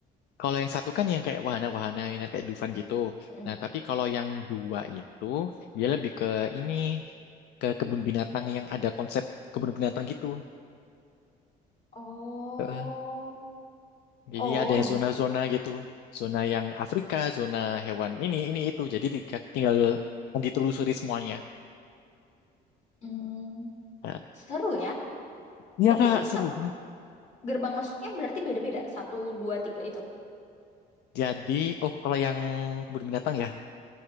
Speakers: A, on the left; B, on the left.
A: Kalau yang satu kan yang kayak wahana-wahana, yang kayak Dufan gitu.
B: Hmm.
A: Nah, tapi kalau yang dua itu, dia lebih ke ini, ke kebun binatang yang ada konsep kebun binatang gitu.
B: oh
A: Heeh. Jadi
B: oh
A: ada
B: gitu
A: zona-zona gitu. Zona yang Afrika, zona hewan ini, ini itu. Jadi di- tinggal ditelusuri semuanya.
B: Hmm,
A: Nah,
B: seru ya
A: Iya
B: tapi
A: kak,
B: itu
A: seru
B: tuh
A: banget.
B: gerbang masuknya berarti beda-beda satu dua tiga itu
A: Jadi, oh kalau yang kebun binatang ya,